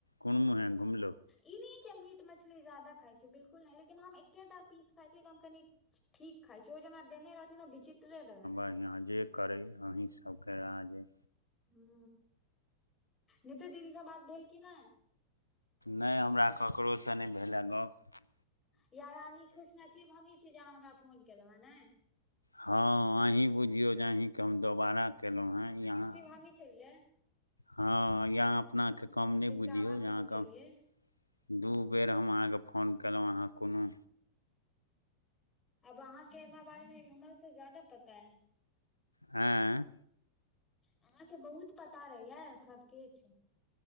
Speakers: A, on the left (about 85°); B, on the left (about 20°).
A: कुन मुँहे घुमलो?
B: इ नैयै कि हम मीट मछली जादा खाइ छी बिल्कुल नै लेकिन हम एकेटा पीस खाइ छियै तऽ हम कनी ठीक खाइ छै ओ जे हमरा देने रहै ओ विचित्रे रहै।
A: तय अहाँ जे करैय अही सबके राज्य अइ।
B: हू नितू दीदीसँ बात भेल की नै।
A: नै हमरा ककरोसँ नै भेलए गप्प।
B: या यानि खुशनसीब हमही छी जे अहाँ हमरा फोन केलहुँ हे नै।
A: ह अही बुझियौ जे अहीके हम दोबारा केलहुँ है इ अहाँ
B: हमी छलियै।
A: ह या अपनाके कम नहि
B: जिनका
A: बुझियौ
B: अहाँ
A: अहाँके
B: फोन केलियै
A: ह दु बेर हम अहाँके फोन केलहुँ अहाँ कोनो
B: अब अहाँके हमरा बारे मे हमरो से जादा पता ए।
A: आँ?
B: अहाके बहुत पता रहैया सबकिछ।